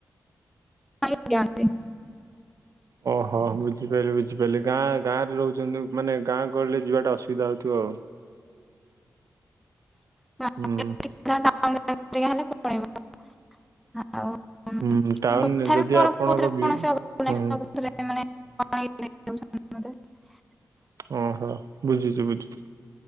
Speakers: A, in the centre; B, on the right (about 65°).
A: ଜ୍ଞନ୍ତି।
B: ଓହୋ ବୁଝିପାରିଲି ବୁଝିପାରିଲି ଗାଁ ଗାଁରେ ରହୁଛନ୍ତି ମାନେ ଗାଁ ଗହଳି ଯିବାଟା ଅସୁବିଧା ହଉଥିବ। ହ।
A: <unintelligible>
B: ହୁଁ
A: <unintelligible>
B: ହୁଁ ଟାଉନ ଯଦି ଆପଣଙ୍କ ବି
A: <unintelligible>
B: ହୁଁ ଓହୋ ବୁଝୁଛି ବୁଝୁଛି।